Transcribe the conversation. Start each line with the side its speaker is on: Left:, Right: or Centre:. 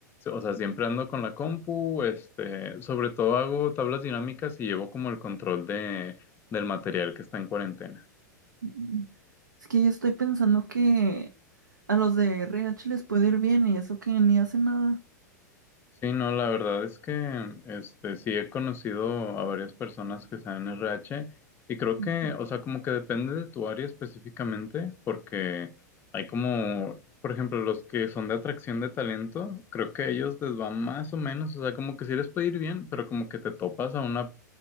Left: o sea, siempre ando con la compu, este, sobre todo hago tablas dinámicas y llevo como el control de, del material que está en cuarentena.
Right: Mm, Es que yo estoy pensando que a los de RH les puede ir bien y eso que ni hacen nada.
Left: Sí, no, la verdad es que este sí he conocido a varias personas que sean RH y creo que,
Right: Mm,
Left: o sea, como que depende de tu área específicamente, porque hay como, por ejemplo, los que son de atracción de talento, creo que a ellos les va más o menos, o sea, como que sí les puede ir bien, pero como que te topas a una